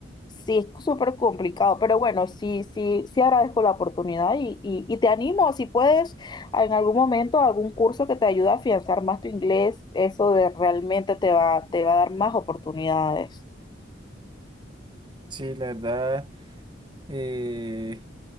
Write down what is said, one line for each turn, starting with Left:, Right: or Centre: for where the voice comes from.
Left: Sí, es súper complicado, pero bueno, sí, sí, sí agradezco la oportunidad y, y, y te animo, si puedes, a- en algún momento, a algún curso que te ayude a afianzar más tu inglés, eso de realmente te va, te va a dar más oportunidades.
Right: Sí, la verdad, eh,